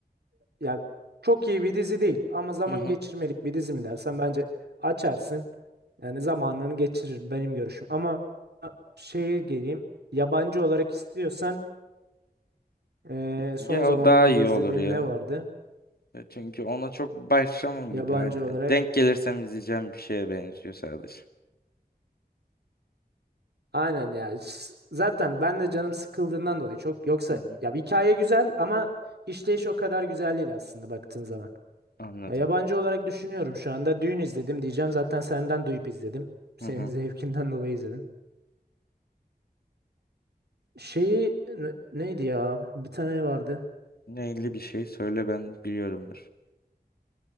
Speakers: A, on the right (about 80°); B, on the left (about 65°).
A: ya çok iyi bir dizi değil ama zaman
B: Hı hı.
A: geçirmelik bir dizi mi dersen bence açarsın. Yani zamanını geçirir benim görüşüm. Ama şeye geleyim. Yabancı olarak istiyorsan eee,
B: Ya
A: son zamanlarda
B: o daha iyi
A: izlediğim
B: olur ya.
A: ne vardı?
B: Ya çünkü ona çok başlamam
A: Yabancı
B: gibi hani
A: olarak
B: denk gelirsem izleyeceğim bir şeye benziyor sadece.
A: Aynen ya. S- Zaten ben de canım sıkıldığından dolayı çok yoksa
B: Hı hı.
A: ya hikaye güzel ama işleyiş o kadar güzel değil aslında baktığın zaman.
B: Anladım.
A: Ya yabancı olarak düşünüyorum şu anda. Dün izledim diyeceğim. Zaten senden duyup izledim. Senin
B: Hı hı.
A: <laughs> zevkinden dolayı izledim. Şeyi ne- neydi ya? Bir tane vardı.
B: Neyli bir şey söyle ben biliyorumdur.